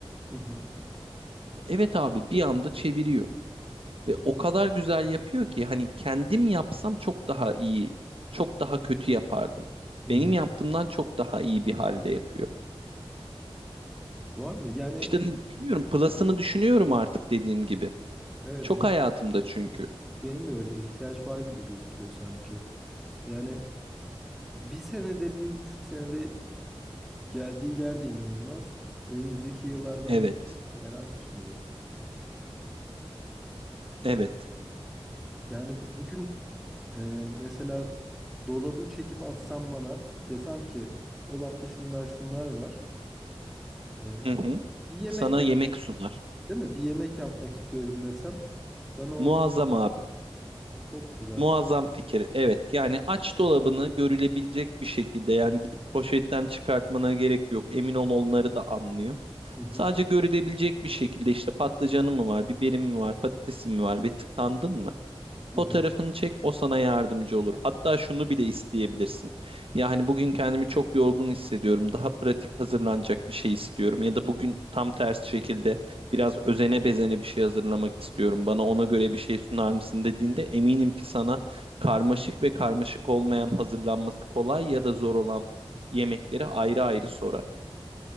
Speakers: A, in the centre; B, on the right.
A: hı hı.
B: Evet abi bir anda çeviriyor. Ve o kadar güzel yapıyor ki hani kendim yapsam çok daha iyi, çok daha kötü yapardım.
A: Hı.
B: Benim yaptığımdan çok daha iyi bir halde yapıyor.
A: Vay be yani
B: İşte bilmiyorum
A: çok
B: plus'ını düşünüyorum artık dediğim gibi.
A: <laughs> evet
B: Çok
A: ih-
B: hayatımda çünkü.
A: benim de öyle ihtiyaç var gibi gözüküyor sanki. Yani bir senede bir buçuk senede geldiği yer de inanılmaz. Önümüzdeki yıllardan
B: Evet,
A: olmak merak içindeyim.
B: evet.
A: Yani bu- bugün Ee, mesela dolabı çekip atsam bana desem ki dolapta şunlar şunlar var. Ee,
B: Hı hı.
A: bir yemek
B: Sana yemek sunar.
A: değil mi? Bir yemek yapmak istiyorum desem bana orada
B: Muazzam abi.
A: çok güzel.
B: Muazzam fikir. Evet. Yani aç dolabını görülebilecek bir şekilde yani gidip poşetten çıkartmana gerek yok. Emin ol onları da anlıyor.
A: Hı hı,
B: Sadece görülebilecek bir şekilde işte patlıcanı mı var, biberi mi var, patatesi mi var ve tıkandın mı?
A: hı
B: Fotoğrafını
A: hı.
B: çek, o sana yardımcı olur. Hatta şunu bile isteyebilirsin. Yani bugün kendimi çok yorgun hissediyorum. Daha pratik hazırlanacak bir şey istiyorum. Ya da bugün tam tersi şekilde biraz özene bezene bir şey hazırlamak istiyorum. Bana ona göre bir şey sunar mısın dediğinde eminim ki sana karmaşık ve karmaşık olmayan hazırlanması kolay ya da zor olan yemekleri ayrı ayrı sorar.